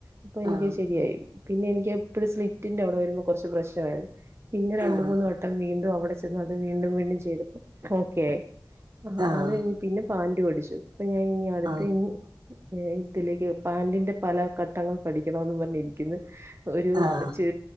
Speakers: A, on the right; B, on the right.
A: അപ്പൊ എനിക്ക്
B: ആഹ്
A: ശരിയായി പിന്നെ എനിക്ക് എപ്പോഴും സ്ലിറ്റിന്റെ അവിടെ വരുമ്പോൾ കുറച്ച് പ്രശ്നമായിരുന്നു പിന്നെ രണ്ട
B: ആഹ്
A: മൂന്ന് വട്ടം വീണ്ടും അവ്ടെ ചെന്ന് അത് വീണ്ടും വീണ്ടും ചെയ്തപ്പം ഓക്കെ ആയി
B: ആഹ്
A: അത് കഴിഞ്ഞ് പിന്നെ പാന്റ് പടിച്ചു ഇപ്പൊ ഞാൻ ഇനി അടുത്ത
B: ആഹ്
A: ഇനി ഇതിലേക്ക് പാന്റിന്റെ പല ഘട്ടങ്ങൾ പഠിക്കണംമന്ന് പറഞ്ഞിരിക്കുന്നു ഒരു
B: ആഹ്
A: ച്